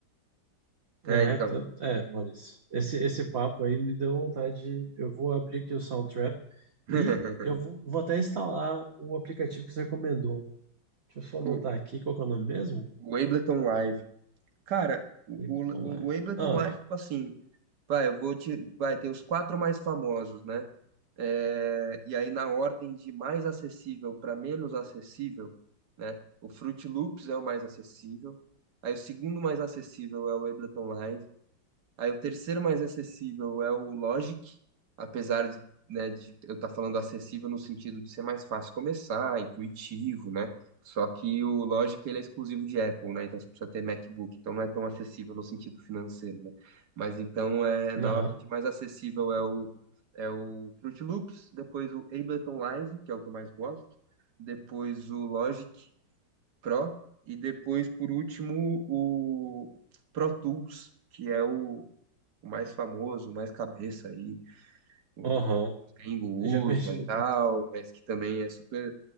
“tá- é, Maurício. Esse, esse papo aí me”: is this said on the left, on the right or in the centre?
Right